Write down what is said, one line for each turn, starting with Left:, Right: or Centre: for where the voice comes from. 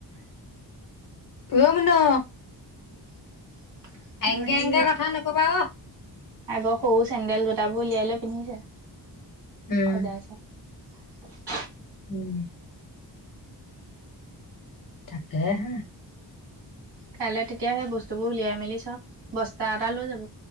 Left: অ মোনো
Right: <unintelligible> <inaudible>
Left: এংগে
Right: আমাৰ
Left: এংগে
Right: ই
Left: কথা নকবা অ
Right: আগৰ সৰু চেন্দেল জুটাবোৰ উলিয়াই লৈ পিন্ধিছে
Left: উম
Right: সজাইছে <unintelligible> <unintelligible> <inaudible>
Left: উম তাকেহে
Right: কাইলে তেতিয়া হে বস্তুবোৰ উলিয়াই মেলি চব <unintelligible> তা এটালৈ যাব